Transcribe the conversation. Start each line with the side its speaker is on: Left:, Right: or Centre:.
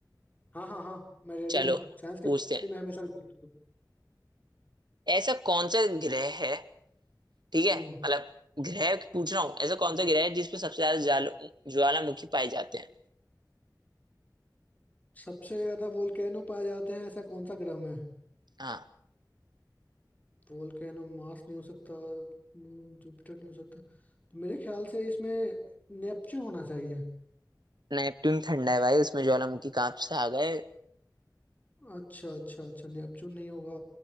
Left: हाँ हाँ हाँ मैं रेडी
Right: चलो
Left: हूँ साइंस के
Right: पूछते
Left: लिए
Right: हैं
Left: मैं हमेशा ready हूँ।
Right: ऐसा कौन सा ग्रह है ठीक है
Left: हम्म
Right: मतलब ग्रह पूछ रहा हूँ ऐसा कौन सा ग्रह है जिसपे सबसे ज्यादा ज्वाल ज्वालामुखी पाए जाते हैं
Left: सबसे ज्यादा वोल्केनो पाए जाते हैं ऐसा कौन सा ग्रह में
Right: हाँ
Left: वोल्केनो मार्स नहीं हो सकता जुपिटर नहीं हो सकता तो मेरे ख्याल से इसमें नेपच्यून होना चाहिए
Right: नेपट्टून ठंडा है भाई उसमें ज्वालामुखी कहाँ से आ गए
Left: अच्छा अच्छा अच्छा नेपच्यून नहीं होगा